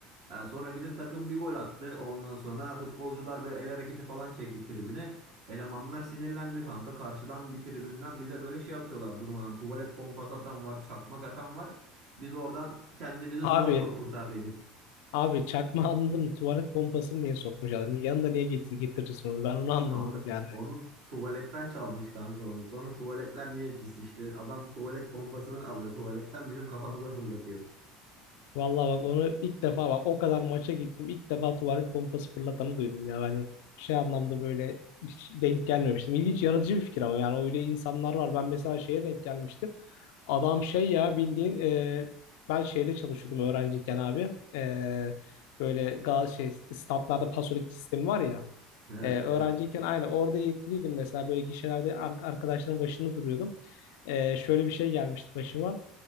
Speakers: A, on the right; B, on the left.
A: Ha, sonra bizim takım bir gol attı. Ondan sonra futbolcular böyle el hareketi falan çekti tribüne. Elemanlar sinirlendi kanka. Karşıdan bir tribünden bize böyle şey atıyorlar durmadan. Tuvalet pompası atan var, çakmak atan var. Biz oradan kendimizi
B: Abi
A: zar zor kurtardıydık.
B: abi çakma anladın mı? Tuvalet pompasını niye sokmuş adam? Yanında niye getir- getirirsin onu? Ben onu anlamadım
A: Kanka
B: yani.
A: onu tuvaletten çalmış kanka onu. Sonra tuvaletler niye pis? İşte adam tuvalet pompasını alıyor. Tuvaletten bizim kafamıza fırlatıyor.
B: Vallahi bak onu ilk defa bak o kadar maça gittim. ilk defa tuvalet pompası fırlatanı duydum ya. Hani şey anlamda böyle hiç denk gelmemiştim. İlginç yaratıcı bir fikir ama yani öyle insanlar var. Ben mesela şeye denk gelmiştim. Adam şey ya bildiğin e, ben şeyde çalışıyordum öğrenciyken abi. E, böyle gal şey standlarda pasolik sistemi var ya.
A: Evet
B: E, Evet. öğrenciyken
A: evet.
B: aynı orada yetkiliydim mesela böyle gişelerde ar- arkadaşların başında duruyordum. E, şöyle bir şey gelmişti başıma.